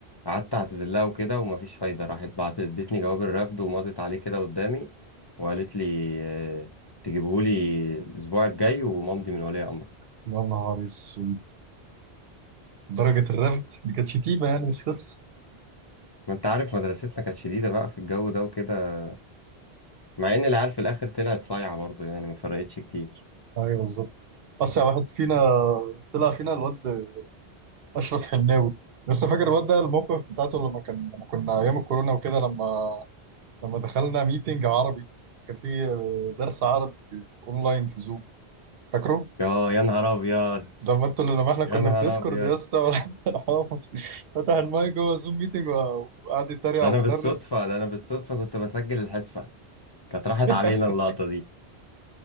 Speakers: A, on the left; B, on the right.
A: قعدت اعتذر لها وكده ومفيش فايده راحت بعت ادتني جواب الرفض ومضت عليه كده قدامي وقالت لي آه، تجيبهولي الاسبوع الجاي ومامضي من ولي امرك
B: يا نهار اسود درجه الرفض دي كانت شتيمه يعني مش قصه
A: ما انت عارف مدرستنا كانت شديده بقى في الجو ده وكده مع ان العيال في الاخر طلعت صايعه برضو يعني ما فرقتش كتير
B: ايوه بالظبط اسرع واحد فينا طلع فينا الواد اشرف حناوي لسه فاكر الواد ده الموقف بتاعته لما كان لما كنا ايام الكورونا وكده لما لما دخلنا ميتنج عربي كان في درس عربي في في اونلاين في زوم فاكره
A: يا يا نهار ابيض
B: لما انتوا لما احنا كنا
A: يا نهار
B: في ديسكورد
A: ابيض
B: يا اسطى وراح- راح هو فت- فتح المايك جوه زوم ميتنج وقعد يتريق
A: ده
B: على
A: انا
B: المدرس
A: بالصدفه ده انا بالصدفه كنت بسجل الحصه كانت راحت
B: <laughs>
A: علينا اللقطه دي